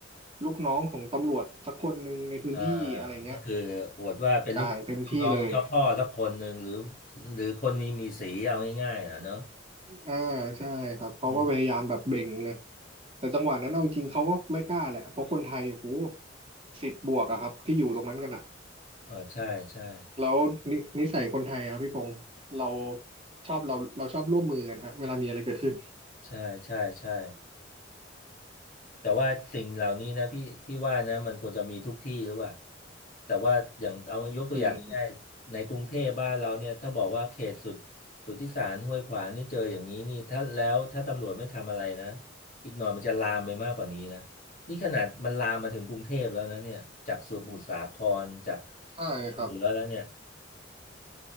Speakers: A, on the right; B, on the left.
A: ลูกน้องของตำรวจสักคนหนึ่งในพื้นที่อะไรเงี้ย
B: อ่าก็คืออวดว่าเป็นลูกลูกน้องของเจ้าพ่อสักคนหนึ่งหรือ
A: กลางเต็มที่เลย
B: หรือคนนี้มีสีเอาง่ายๆนะเนอะ
A: อ่าใช่ครับเขาก็พยายามแบบเบ่งเลย
B: อืม
A: แต่จังหวะนั้นเอาจริงเขาก็ไม่กล้าแหละเพราะคนไทยโอ้โหสิบบวกอะครับที่อยู่ตรงนั้นกันอะ
B: เออใช่ใช่
A: แล้วนินิสัยคนไทยอะครับพี่พงศ์เราชอบเราเราชอบร่วมมือกันฮะเวลามีอะไรเกิดขึ้น
B: ใช่ใช่ใช่ แต่ว่าสิ่งเหล่านี้นะพี่พี่ว่านะมันควรจะมีทุกที่หรือเปล่าแต่ว่าอย่างเอายกตัวอย่างง่ายๆในกรุงเทพบ้านเราเนี่ยถ้าบอกว่าเขตสุด
A: จริงครับ
B: สุทธิสารห้วยขวางนี่เจออย่างนี้นี่ถ้าแล้วถ้าตำรวจไม่ทำอะไรนะอีกหน่อยมันจะลามไปมากกว่านี้นะนี่ขนาดมันลามมาถึงกรุงเทพแล้วนะเนี่ยจากสมุทรสาครจาก
A: ใช่ครับ
B: เหนือแล้วเนี่ย